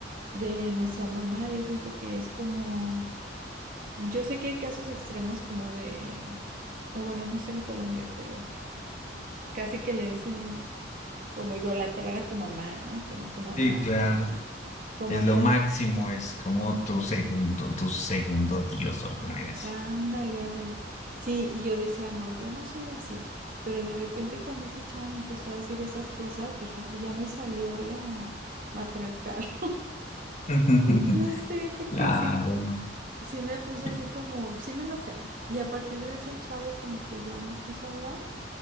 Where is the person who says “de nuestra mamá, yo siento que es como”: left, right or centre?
Right